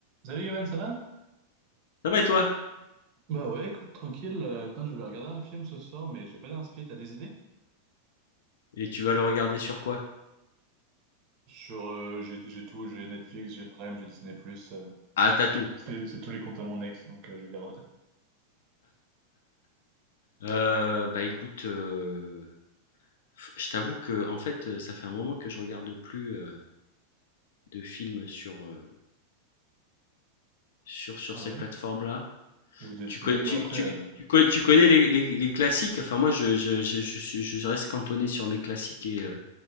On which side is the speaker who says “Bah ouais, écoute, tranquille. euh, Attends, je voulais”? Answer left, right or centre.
Right